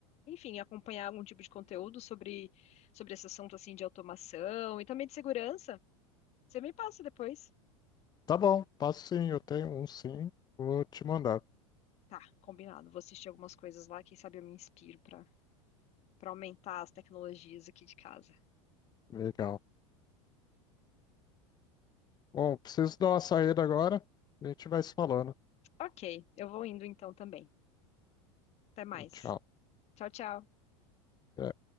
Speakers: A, on the left (about 40°); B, on the left (about 25°).
A: enfim, acompanhar algum tipo de conteúdo sobre, sobre esse assunto assim de automação e também de segurança, você me passa depois.
B: Tá bom, passo sim, eu tenho um sim, vou te mandar.
A: Tá, combinado. Vou assistir algumas coisas lá, quem sabe eu me inspiro para para aumentar as tecnologias aqui de casa.
B: Legal. Bom, preciso dar uma saída agora, a gente vai se falando.
A: Ok, eu vou indo então também. Até mais.
B: Tchau.
A: Tchau, tchau.
B: Até.